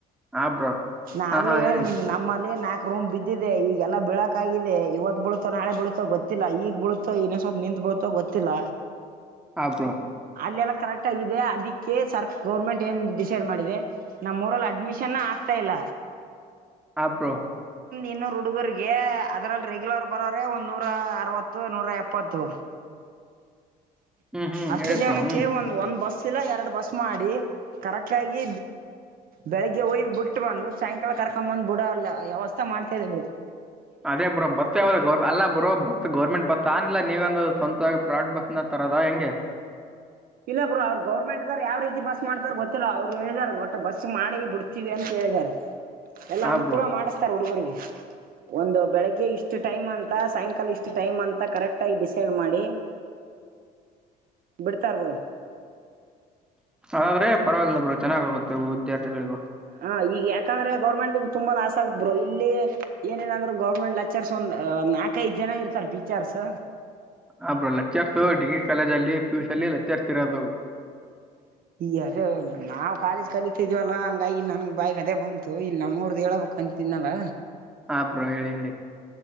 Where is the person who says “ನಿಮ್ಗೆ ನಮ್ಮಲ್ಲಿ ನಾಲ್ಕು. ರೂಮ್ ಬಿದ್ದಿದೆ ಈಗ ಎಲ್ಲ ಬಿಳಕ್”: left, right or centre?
Right